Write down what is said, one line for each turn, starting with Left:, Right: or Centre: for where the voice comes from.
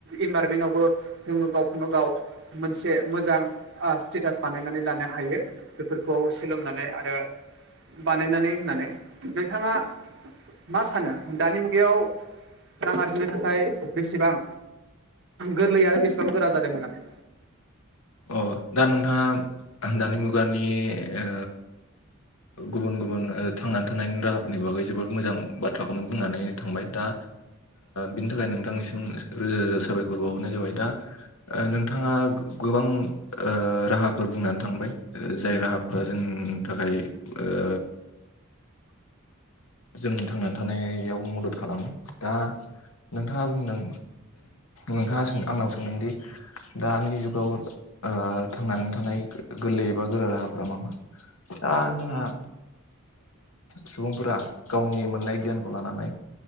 Right: इनभाररमेन्टवबो जोङो गावखौनो गाव मोनसे मोजां स्टेटास बानायनानै लानो हायो। बेफोरखौ सोलोंनानै आरो बानायनानै होनानै नोंथाङा मा सानो दानि मुगायाव रां आरजिनो थाखाय बेसेबां गोरलै आरो बेसेबां गोरा जादों होननानै।
Left: अ दा नोंथाङा दानि मुगानि ओ गुबुन गुबुन थांनानै थानायनि राहाफोरनि बागै जोबोद मोजां बाथ्राखौनो बुंनानै थांबाय दा बिनि थाखाय नोंथांनिसिम रोजा रोजा साबायखर बावहरनाय जाबाय दा ओ नोंथाङा गोबां राहाफोर बुंनानै थांबाय जाय राहाफ्रा जोंनि थाखाय ओ जों थांनानै थानायाव मदद खालामो दा नोंथाङा बुंदों नोंथाङा सों आंनाव सोंदोंदि दानि जु गाव थांनानै थानाय गोरलै एबा गोरा राहाफ्रा मा मा? दा जोंहा सुबुंफोरा गावनि मोननाय गियानखौ लानानै